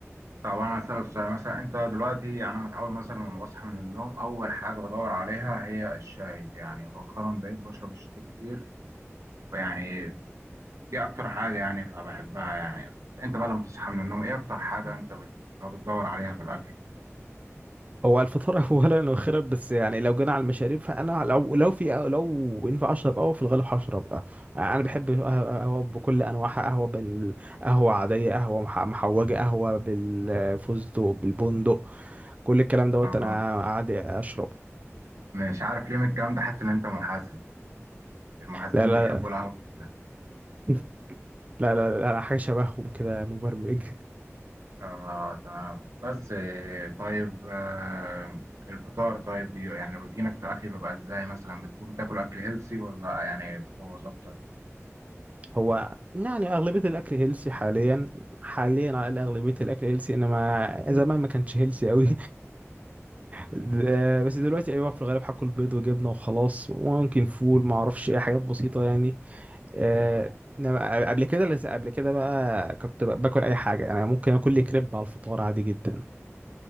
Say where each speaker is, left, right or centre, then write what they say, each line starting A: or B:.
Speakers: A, on the right (about 80°); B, on the right (about 30°).
A: طب انا هسألك سؤال مثلا انت دلوقتي يعني انا متعود مثلا لما بصحى من النوم اول حاجه بدور عليها هي الشاي يعني مؤخرا بقيت بشرب الشاي كتير يعني دي اكتر حاجه يعني فبحبها يعني انت بقى لما تصحى من النوم ايه اكتر حاجه انت بت- لو بتدور عليها في الاكل
B: هو الفطار <laughs> اولا واخيرا بس يعني لو جينا على المشاريب فانا لو لو في لو ينفع اشرب قهوه في الغالب هشرب قهوه انا بحب قه- قهوه بكل انواعها قهوه بين قهوه عاديه قهوه مح- محوجه قهوه بالفستق بالبندق كل الكلام دوت
A: آه
B: انا عادي اشربه
A: مش عارف ليه من الكلام ده حاسس ان انت محاسب المحاسبين
B: لا لا
A: بيحبوا القهوه جدا
B: <laughs> لا لا, لا, لا حاجه شبههم كده مبرمج
A: اه تمام بس آه، طيب آه الفطار طيب يعني روتينك في الاكل بيبقى ازاي مثلا بتكون بتاكل اكل هيلسي ولا يعني بتبوظ اكتر
B: هو يعني أغلبية الأكل هيلسي حاليا حاليا على الأقل أغلبية الأكل هيلسي إنما زمان ما كانش هيلسي أوي ده- <laughs> بس دلوقتي أيوة في الغالب هاكل بيض وجبنة وخلاص وممكن فول ما أعرفش إيه حاجات بسيطة يعني آه،
A: اه
B: إنما قبل كده لس- قبل كده بقى كنت ب- باكل أي حاجة يعني ممكن آكل لي كريب على الفطار عادي جدا